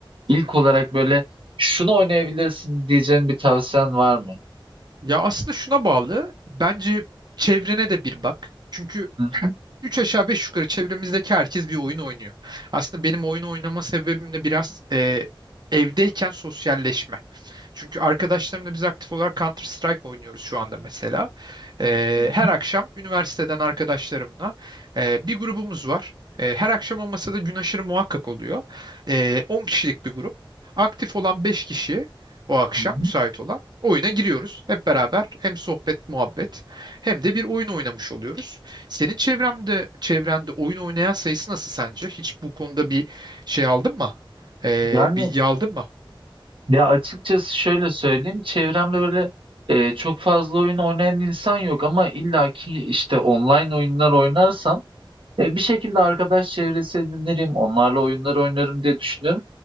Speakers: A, on the right; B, on the right.
A: İlk
B: hı hı.
A: olarak böyle şunu oynayabilirsin diyeceğin bir tavsiyen var mı?
B: Ya aslında şuna bağlı. Bence çevrene de bir bak. Çünkü
A: Hı hı,
B: üç aşağı beş yukarı çevremizdeki herkes bir oyun oynuyor. Aslında benim oyun oynama sebebim de biraz e, evdeyken sosyalleşme. Çünkü arkadaşlarımla biz aktif olarak Counter Strike oynuyoruz şu anda mesela. E,
A: hı hı,
B: her akşam üniversiteden arkadaşlarımla e, bir grubumuz var. E, her akşam olmasa da gün aşırı muhakkak oluyor. E, 10 kişilik bir grup. Aktif olan 5 kişi o akşam
A: hı hı.
B: müsait olan. Oyuna giriyoruz. Hep beraber hem sohbet, muhabbet hem de bir oyun oynamış oluyoruz. Senin çevremde, çevrende oyun oynayan sayısı nasıl sence? Hiç bu konuda bir şey aldın mı? Ee,
A: Yani
B: bilgi aldın mı?
A: Ya açıkçası şöyle söyleyeyim, çevremde öyle e, çok fazla oyun oynayan insan yok ama illaki işte online oyunlar oynarsam e, bir şekilde arkadaş çevresi edinirim, onlarla oyunlar oynarım diye düşünüyorum.